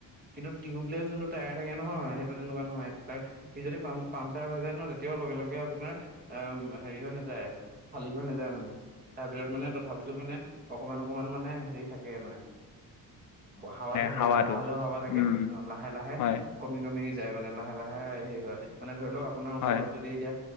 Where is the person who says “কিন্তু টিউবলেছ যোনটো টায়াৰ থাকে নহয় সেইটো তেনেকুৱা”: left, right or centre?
Right